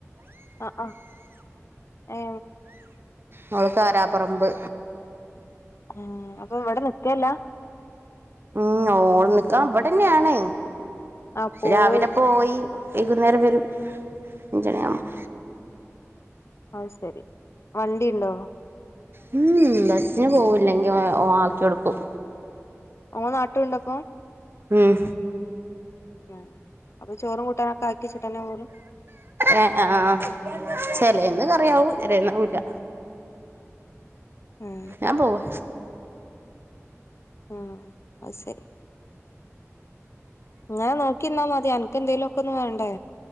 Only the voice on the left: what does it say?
ആ ആ ഏ
ഉം അപ്പൊ ഇവിടെ നിക്കല്ല
ആ പോവും
അയ് സരി വണ്ടിണ്ടോ
ഓ നാട്ടുണ്ടപ്പൊ
ആഹ് അപ്പൊ ചോറും കൂട്ടാനൊക്കെ ആക്കിചട്ടനെ പോ
ആ
മം അഹ് ശരി ഇങ്ങനെ നോക്കിന്നാ മതിയോ അനക്ക്ന്തേങ്കലുക്കെന്ന് വേണ്ടേ